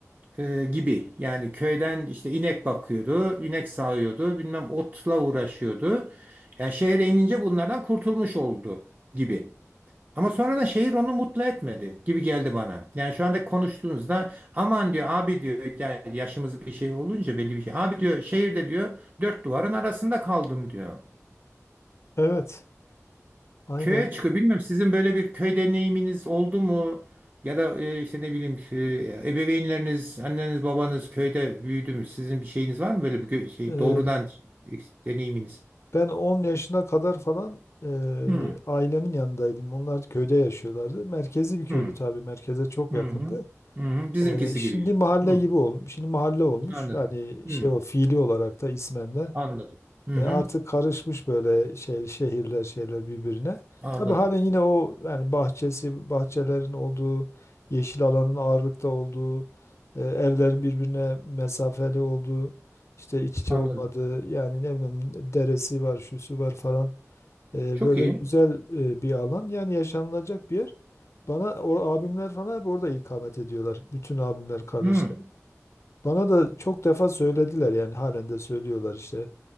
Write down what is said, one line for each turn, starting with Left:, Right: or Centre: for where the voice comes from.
Right: e, gibi. Yani köyden işte inek bakıyordu, inek sağıyordu, bilmem otla uğraşıyordu. Yani şehre inince bunlardan kurtulmuş oldu gibi. Ama sonradan şehir onu mutlu etmedi gibi geldi bana. Yani şu anda konuştuğunuzda aman diyor abi diyor ya yaşımız bir şey olunca belli bir şey. Abi diyor şehirde diyor dört duvarın arasında kaldım diyor.
Left: Evet. Aynen.
Right: Köye çıkıyor. Bilmiyorum sizin böyle bir köy deneyiminiz oldu mu? Ya da e, işte ne bileyim e, ebeveynleriniz, anneniz, babanız köyde büyüdü mü? Sizin bir şeyiniz var mı böyle bir gö- şey
Left: Ee,
Right: doğrudan e, deneyiminiz?
Left: ben on yaşına kadar falan e,
Right: Hı
Left: ailemin yanındaydım. Onlar köyde yaşıyorlardı. Merkezi bir köydü
Right: hı
Left: tabii. Merkeze çok yakındı.
Right: hı hı. hı hı. Bizimkisi
Left: Ee, şimdi
Right: gibi yani.
Left: mahalle
Right: Hı,
Left: gibi olmuş. Şimdi mahalle olmuş.
Right: anladım.
Left: Hani
Right: Hı,
Left: şey o fiili olarak da ismen de.
Right: anladım. Hı
Left: E,
Right: hı,
Left: artık karışmış böyle şey şehirler şeyler birbirine.
Right: anladım.
Left: Tabii halen yine o yani bahçesi bahçelerin olduğu yeşil alanın ağırlıkta olduğu e, evlerin birbirine mesafeli olduğu işte iç içe
Right: Anladım.
Left: olmadığı yani ne bileyim deresi var şusu var falan. E,
Right: Çok
Left: böyle
Right: iyi.
Left: güzel e, bir alan yani yaşanılacak bir yer. Bana o abimler falan hep orada ikamet ediyorlar. Bütün abimler kardeşlerim.
Right: Hı,
Left: Bana da çok defa söylediler yani halen de söylüyorlar işte.